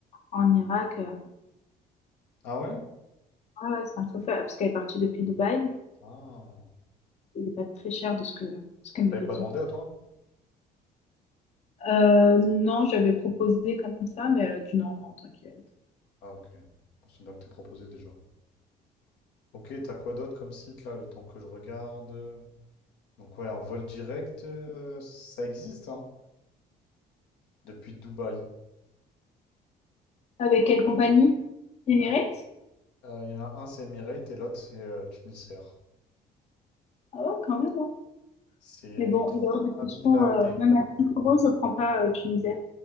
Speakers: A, on the left (about 40°); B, on the left (about 85°).
A: en Irak. euh,
B: Ah ouais?
A: ouais, ouais, c'est un chauffeur, parce qu'elle est partie depuis Dubaï.
B: Ah.
A: Il n'est pas très cher de ce que, ce qu'elle m'avait
B: T'avais pas
A: dit.
B: demandé à toi?
A: Euh, non, j'avais proposé comme ça, mais elle a dit non, non, t'inquiète.
B: Ah ok. Bon, C'est bien que t'aies proposé déjà. Ok, t'as quoi d'autre comme site là, le temps que je regarde? Donc ouais, en vol direct, euh, ça existe, hein, depuis Dubaï.
A: Avec quelle compagnie? Emirates?
B: Ah. Euh, Il y en a un, c'est Emirates, et l'autre, c'est euh, Tunisair.
A: Ah ouais, quand même, hein.
B: C'est
A: Mais bon,
B: trois
A: il est hors de question,
B: mille
A: euh,
B: AED.
A: même à 5 euros, je prends pas euh, Tunisair.